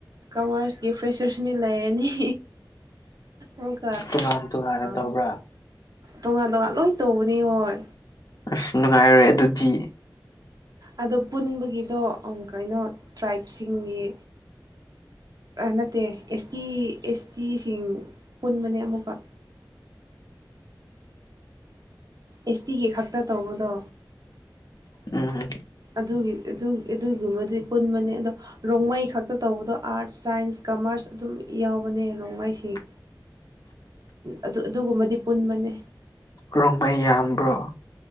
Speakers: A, on the right (about 55°); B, on the left (about 55°).
A: ꯀꯃꯔꯁꯀꯤ ꯐ꯭ꯔꯦꯁꯔꯁ ꯃꯤ ꯂꯩꯔꯅꯤ ꯑꯣ
B: ꯇꯣꯉꯥꯟ ꯇꯣꯉꯥꯟꯅ ꯇꯧꯕ꯭ꯔꯥ
A: ꯇꯣꯉꯥꯟ ꯇꯣꯉꯥꯟ ꯂꯣꯏ ꯇꯧꯕꯅꯤ ꯍꯣꯏ
B: ꯑꯁ ꯅꯨꯡꯉꯥꯏꯔꯦ ꯑꯗꯨꯗꯤ
A: ꯑꯗꯣ ꯄꯨꯟꯕꯒꯤꯗꯣ ꯀꯩꯅꯣ ꯇ꯭ꯔꯥꯏꯕꯁꯤꯡꯒꯤ ꯅꯠꯇꯦ ꯑꯦꯁ ꯇꯤ ꯑꯦꯁ ꯇꯤꯁꯤꯡ ꯄꯨꯟꯕꯅꯦ ꯑꯃꯨꯛꯀ ꯑꯦꯁ ꯇꯤꯒꯤ ꯈꯛꯇ ꯇꯧꯕꯗꯣ
B: ꯎꯝ ꯎꯝ
A: ꯑꯗꯨꯒꯤ ꯑꯗꯨ ꯑꯗꯨꯒꯤꯒꯨꯝꯕꯗꯤ ꯄꯨꯟꯕꯅꯦ ꯑꯗꯣ ꯔꯣꯡꯃꯩ ꯈꯛꯇ ꯇꯧꯕꯗꯣ ꯑꯥꯔꯠꯁ ꯁꯥꯏꯟꯁ ꯀꯃꯔꯁ ꯑꯗꯨꯝ ꯌꯥꯎꯕꯅꯦ ꯔꯣꯡꯃꯩꯁꯤꯡ
B: <inaudible>
A: ꯑꯗꯨ ꯑꯗꯨꯒꯨꯝꯕꯗꯤ ꯄꯨꯟꯕꯅꯦ
B: ꯔꯣꯡꯕ ꯌꯥꯝꯕ꯭ꯔꯣ